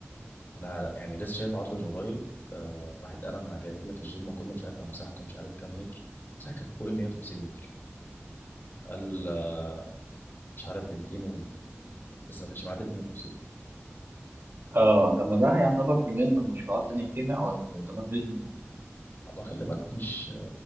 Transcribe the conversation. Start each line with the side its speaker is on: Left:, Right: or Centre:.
Left: انا يعني لسه شايف عرض من قريب آه واحد قال انا هجهز لك الجيم كله مش عارف لو مساحته مش عارف كام متر مساحه كانت فوق ال 150 متر قال آه، مش عارف ب 200 و... بس ما كانش معدي 250
Right: اه طب ما ده هيعتبر بالنسبه لمشروعات تانية كتير لا هو يعتبر بيزنس
Left: اما خلي بالك مش